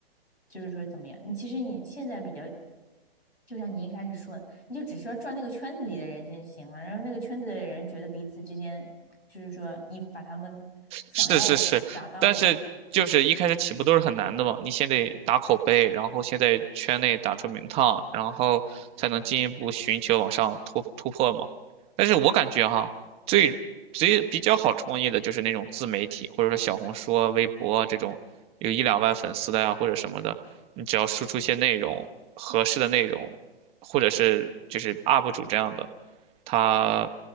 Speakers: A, on the left (about 80°); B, on the right (about 20°).
A: 就是说怎么样？你其实你现在比较，就像你一开始说的，你就只需要转那个圈子里的人就行了，然后那个圈子的人觉得彼此之间，就是说你把他们想要的达到就好了。
B: 是是是，但是就是一开始起步都是很难的嘛，你先得打口碑，然后先在圈内打出名堂，然后才能进一步寻求往上突突破嘛。但是我感觉哈，最最比较好创业的就是那种自媒体，或者说小红书啊、微博啊这种有一两万粉丝的呀、或者什么的，你只要输出一些内容，合适的内容，或者是就是 UP 主这样的。它